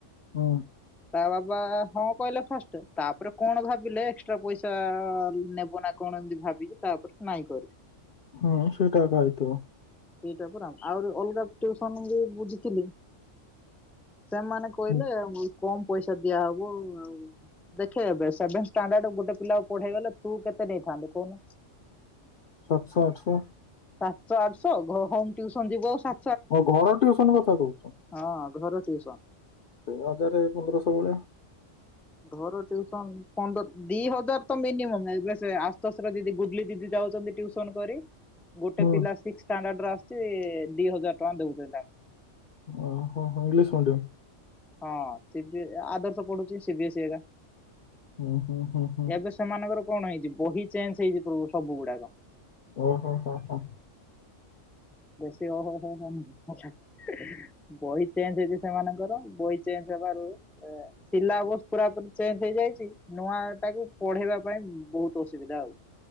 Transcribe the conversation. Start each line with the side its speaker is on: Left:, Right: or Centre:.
Left: ହୁଁ।
Centre: ତା ବାବା ହଁ କହିଲେ ଫାଷ୍ଟ ତାପରେ କଣ ଭାବିଲେ ଏକ୍ସଟ୍ରା ପଇସା ନେବ ନା କଣ ଏମତି ଭାବିକି ତାପରେ ନାଇଁ କହିଲେ।
Left: ହୁଁ ସେଇଟା ଏକା ହେଇଥିବ।
Centre: ସେଇଟା ପରା ଆହୁରି ଅଲଗା ଟିଉସନ୍ ବି ବୁଝିଥିଲି। ସେମାନେ କହିଲେ
Left: ହୁଁ
Centre: ମୁଁ କମ ପଇସା ଦିଆ ହବ ଆଉ ଦେଖେ ଏବେ ସେଭେନ ଷ୍ଟାଣ୍ଡାର୍ଡ ଗୋଟେ ପିଲାକୁ ପଢେଇଗଲେ ତୁ କେତେ ନେଇଥାନ୍ତୁ କହୁନୁ।
Left: ସାତଶ ଆଠଶ।
Centre: ସାତଶ ଆଠଶ ଘ ହୋମ ଟ୍ୟୁସନ ଯିବୁ ଆଉ ସା
Left: ଓ ଘର ଟିଉସନ କଥା କହୁଚୁ।
Centre: ହଁ ଘର ଟିଉସନ୍।
Left: ସେଇ ହଜାରେ ପନ୍ଦର ସ ଭଳିଆ।
Centre: ଘର ଟିଉସନ ପନ୍ଦ ଦି ହଜାର ତ ମିନିମମ ଏବେ ସେ ଆଶୁତୋଷ ର ଦିଦି ଗୁଡଲି ଦିଦି ଯାଉଛନ୍ତି ଟିଉସନ କରି। ଗୋଟେ
Left: ହୁଁ
Centre: ପିଲା ସିକ୍ସ ଷ୍ଟାଣ୍ଡାର୍ଡ ର ଆସଛି ଦି ହଜାର। ଟଙ୍କା ଦଉଛନ୍ତି ତାଙ୍କ।
Left: ଓ ହୋ ହୋ ଇଙ୍ଗଲିଶ ମିଡିଅମ।
Centre: ହଁ ସି ବି ଆଦର୍ଶ ପଢଚି ସିି ବି ଏସି ଏକା।
Left: ହୁଁ ହୁଁ ହୁଁ ହୁଁ।
Centre: ଏବେ ସେମାନଙ୍କର କଣ ହେଇଚି ବହି ଚେଞ୍ଜ ହେଇଚି ପୁ ସବୁ ଗୁଡାକ।
Left: ଓ ହୋ ହୋ ହୋ।
Centre: ବେଶୀ ଓ ହୋ ହୋ ହୋ ହନି ଆଚ୍ଛା ବହି ଚେଞ୍ଜ ହେଇଛି ସେମାନଙ୍କର ବହି ଚେଞ୍ଜ ହବାରୁ ଆ ଶିଲାବସ ପୁରା ପୁରି ଚେଞ୍ଜ ହେଇଯାଇଚି ନୂଆ ତାକୁ ପଢେଇବା ପାଇଁ ବହୁତ ଅସୁବିଧା ଆଉ।